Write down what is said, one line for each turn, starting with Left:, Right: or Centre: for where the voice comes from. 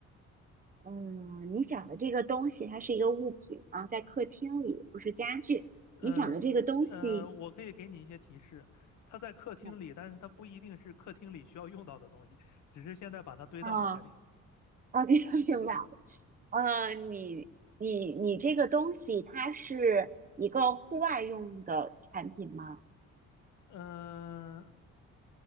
Right: 嗯，你想的这个东西，它是一个物品啊，在客厅里，不是家具。你想的这个东西，
Left: 呃呃，我可以给你一些提示，它在客厅里，
Right: 嗯
Left: 但是它不一定是客厅里需要用到的东西，只是现在把它堆到了这里。
Right: 啊啊，明白 <laughs> 明白。呃，你你你这个东西，它是一个户外用的产品吗？
Left: 嗯、呃